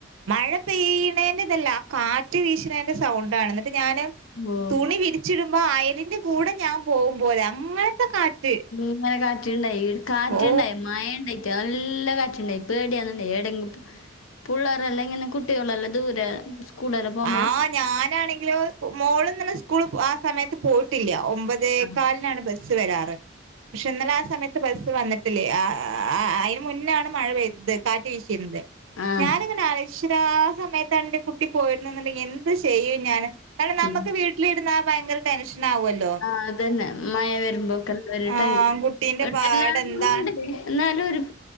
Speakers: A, on the right (about 85°); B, on the left (about 85°).
A: മഴ പെയ്യണേന്റെ ഇതല്ല കാറ്റ് വീശണേന്റെ സൗണ്ടാണ് എന്നിട്ട് ഞാാന്
B: ഓഹ്
A: തുണി വിരിച്ചിടുമ്പോ അയലിന്റെ കൂടെ ഞാൻ പോകുമ പോോലെ അങ്ങനത്തെ കാറ്റ്
B: ഇങ്ങനെ കാട്ടിുണ്ടായി കാറ്റുണ്ടായി
A: ഓ
B: മഴ ഉണ്ടായിട്ടാ നല്ല കാറ്റുണ്ടായി ഇപ്പേടയാന്നണ്ട എടിപ്പോ പിള്ളേരെല്ലാം ഇങ്ങനെ കുട്ടികളെല്ലാം ദൂരെ സ്കൂളെല്ലാം പോകുമ്പോ
A: ആഹ ഞാനാണെങ്കിലോ മോളന്നന്ന സ്കൂള് ആ സമയത്ത് പോയിട്ടില്ല ഒമ്പത് അ
B: ആഹ്
A: കാലാണ് ബ വരാറ് പക്ഷെ ഇ ആ സമയത്ത് ബസ്സ് വന്നിട്ടില്ലേ അതിന് മുന്നാണ് മഴ പെയ്തത് ഇ കാറ്റ് കീശിരുന്നത്
B: ആഹ്
A: ഞാനിങ്ങനെ ആലര ആ സമയത്ത് ഇന്റെ കുട്ടി പോയിരുന്നു എന്നുണ്ടെങ്കിൽ എന്ത് ചെയ്യും ഞാൻ കാരണം നമുക്ക്
B: ഉം
A: വീട്ടിലിടുന്നാ ഭയങ്കര ടെൻഷൻ ആാവുമല്ലോ
B: ആഹ അതന്നെ മഴ വരുമ്പോക്കെ
A: ആഹ്
B: ടൈ
A: കുട്ടീന്റെ പാട്
B: എല്ലാവുംണ്ട്
A: എന്താണ്
B: എന്നാലും